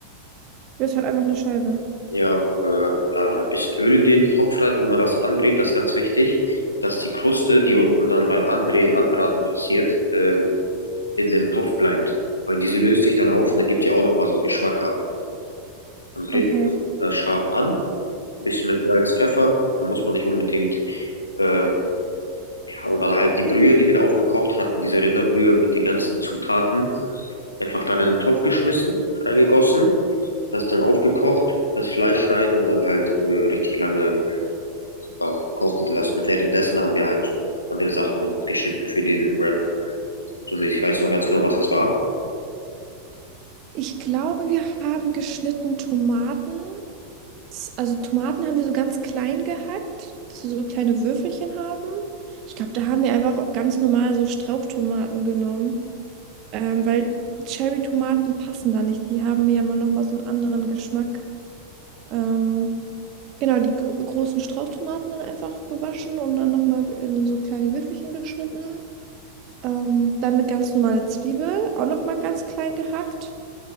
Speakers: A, on the right (about 40°); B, on the left (about 80°).
A: Das ist halt einfach eine Scheibe.
B: Ja, äh, ja, dann ein bisschen Öl in den Topf rein, wo man das anbrät, das ist ganz wichtig, dass die Kruste, die unten dann beim Anbrä Anbraten passiert, ähm, in dem Topf bleibt. Weil diese löst sich dann auf und dann gibt die auch nochmal so einen Geschmack ab. Dann brät
A: Okay.
B: man das äh, scharf an, ein bisschen mit Salz, Pfeffer, da muss man nicht unbedingt ähm, Ja, und dann halt die Brühe, die wir da aufgekocht hatten, diese Rinderbrühe mit den ganzen Zutaten, einfach dann in den Topf geschmissen, reingegossen, das dann aufgekocht, das Fleisch rein und dann halt äh, richtig lange ja, kochen gelassen. Und währenddessen haben wir halt andere Sachen noch geschnitten für den Wrap. Also, nee, ich weiß noch ganz genau, was das war.
A: Ich glaube, wir haben geschnitten Tomaten. Das, also Tomaten haben wir so ganz klein gehackt, dass wir so kleine Würfelchen haben. Ich glaube, da haben wir einfach auch ganz normal so Strauchtomaten genommen, ähm, weil Cherry-Tomaten passen da nicht. Die haben ja immer noch mal so einen anderen Geschmack. Ähm, genau, die gro großen Strauchtomaten dann einfach gewaschen und dann noch mal in so kleine Würfelchen geschnitten. Ähm, dann eine ganz normale Zwiebel, auch noch mal ganz klein gehackt.